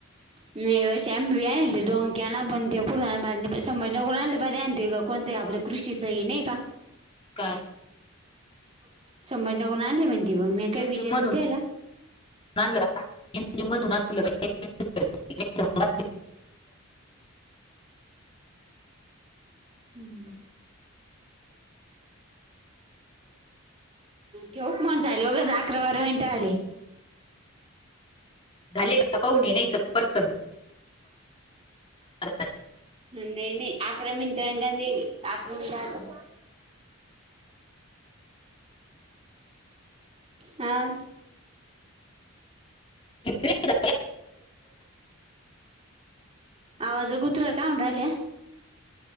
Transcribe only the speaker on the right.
<unintelligible> कोणतंही आपलं कृषीचं हे नाही का
<unintelligible> मी काही
विचार
नाही द्यायला
हम्म ठेवक मण चाल बघा ज अकरा बारा मिनिटं आले
नाही नाही अकरा मिंट <unintelligible> आक्रमक हा
आवाज गुत्र का म्हन राहिल्या